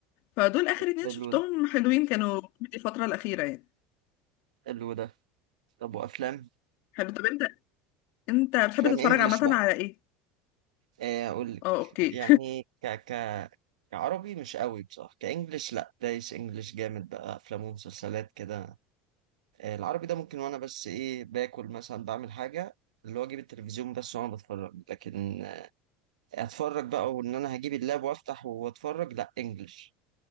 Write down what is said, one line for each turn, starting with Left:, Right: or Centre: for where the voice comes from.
Left: فدول آخر
Right: طب
Left: اتنين
Right: حلو
Left: شفتهم
Right: ده
Left: حلوين كانوا كوميدي الفترة الأخيرة يعني
Right: حلو ده طب وأفلام
Left: حلو طب انت انت بتحب
Right: أفلام
Left: تتفرج
Right: إنجلش
Left: عامة
Right: بقى
Left: على ايه؟
Right: إيه أقول لك
Left: اه اوكي
Right: يعني ك ك كعربي مش قوي بصراحة كإنجلش لأ دايس إنجلش جامد بقى أفلام ومسلسلات كده إيه العربي ده ممكن وأنا بس إيه باكل مثلا بعمل حاجة اللي هو أجيب التلفزيون بس وأنا بتفرج لكن اتفرج بقى وان انا هجيب اللاب وافتح واتفرج لا انجلش